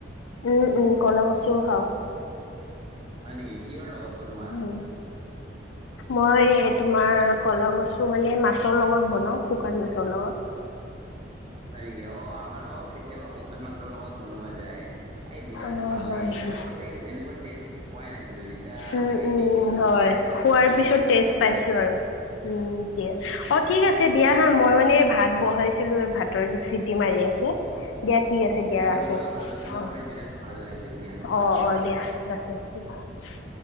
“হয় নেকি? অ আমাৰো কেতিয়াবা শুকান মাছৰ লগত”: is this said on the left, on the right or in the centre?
Right